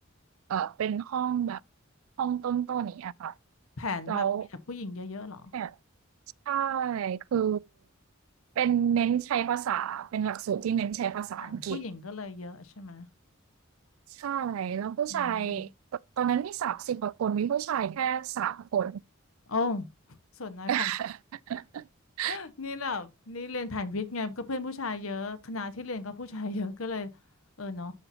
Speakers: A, on the right; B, on the left.
A: เอ่อเป็นห้องแบบห้องต้นๆอย่างเงี้ยค่ะ
B: แผนแบบมีแต่ผู้หญิงเยอะๆเหรอ
A: แล้วแอบ ใช่คือเป็นเน้นใช้ภาษาเป็นหลักสูตรที่เน้นใช้ภาษาอังกฤษ
B: อ๋อผู้หญิงก็เลยเยอะใช่ไหม
A: ใช่แล้วผู้ชาย
B: อืม
A: ตตอนนั้นมีสามสิบกว่าคนมีผู้ชายแค่สามคน
B: โอ้ส่วนน้อยของ
A: <laughs>
B: <laughs> นี่แบบนี่เรียนแผนวิทย์ไงก็เพื่อนผู้ชายเยอะคณะที่เรียนก็ผู้ชายเยอะก็เลยเออเนาะ